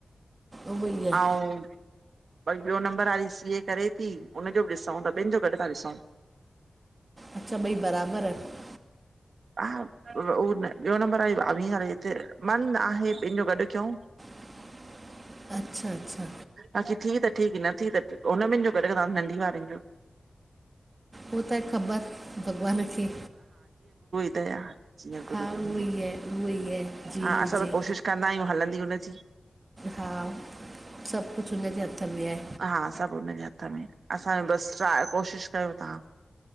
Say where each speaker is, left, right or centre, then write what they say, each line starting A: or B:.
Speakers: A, on the right; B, on the right.
A: उहो ई आहे
B: आऊं वरी ॿियो नंबर वारी सीए करे थी उनजो बि ॾिसूं ॿनि जो गॾु था ॾिसूं
A: अच्छा ॿई बराबरि आहिनि
B: हा उहो ॿियो नंबर आहे वीह साल जी त मन आहे ॿिनी जो गॾु कयूं
A: <inaudible> अच्छा अचछा
B: बाक़ी थी त ठीकु न थी त हुन ॿिन जो गॾु तव्हां नंढी वारनि जो
A: हू त ख़बर भॻवान खे
B: उहो त आ जीअं गुरू
A: हा उहो
B: जो हूंदो
A: ई आहे उहो ई आहे जीअं
B: हा
A: हुजे
B: असां त कोशिशि कंदा आहियूं हलंदी हुनजी
A: हा सभु कुझु हुनजे हथ में आहे।
B: हा सभु हुनजे हथ में असां बसि ट्रा कोशिशि कयूं था